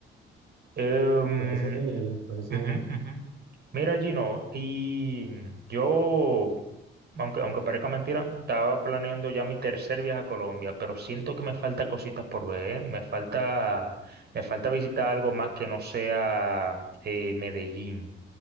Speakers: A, on the right; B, on the right.
A: Em,
B: Me parece genial, me parece
A: Ujú,
B: genial.
A: ujú. Mira, Gino, y yo, aunque, aunque parezca mentira, estaba planeando ya mi tercer viaje a Colombia, pero siento que me falta cositas por ver, ¿eh? Me falta, me falta visitar algo más que no sea eh, Medellín.